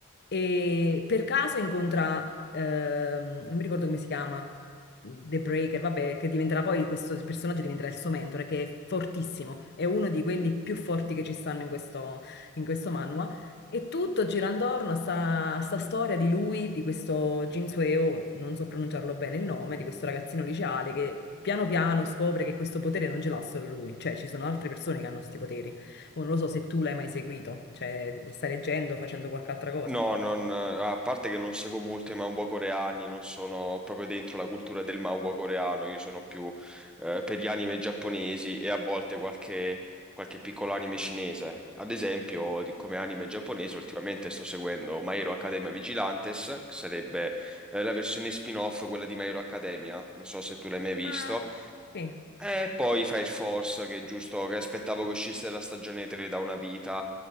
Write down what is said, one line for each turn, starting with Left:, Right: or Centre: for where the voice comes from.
Left: e per caso incontra, ehm, non mi ricordo come si chiama, The Breaker, vabbè, che diventerà poi questo personaggio diventerà il suo mentore, che è fortissimo, è uno di quelli più forti che ci stanno in questo, in questo manhwa. E tutto gira intorno a sta, a sta storia di lui, di questo Jin Sueo, non so pronunciarlo bene il nome, di questo ragazzino liceale che piano piano scopre che questo potere non ce l'ha solo lui, cioè ci sono altre persone che hanno questi poteri. Oh, Non lo so se tu l'hai mai seguito, cioè stai leggendo, facendo qualche altra cosa.
Centre: No, non- a parte che non seguo molto i manhwa coreani, non sono proprio dentro la cultura del manhwa coreano, io sono più eh, per gli anime giapponesi e a volte qualche, qualche piccolo anime cinese. Ad esempio, di- come anime giapponese, ultimamente sto seguendo My Hero Academia Vigilantes, che sarebbe eh, la versione spin-off, quella di My Hero Academia, non so se tu l'hai mai visto,
Left: Eh, Sì,
Centre: E poi Fire Force, che è giusto, che aspettavo che uscisse la stagione 3 da una vita,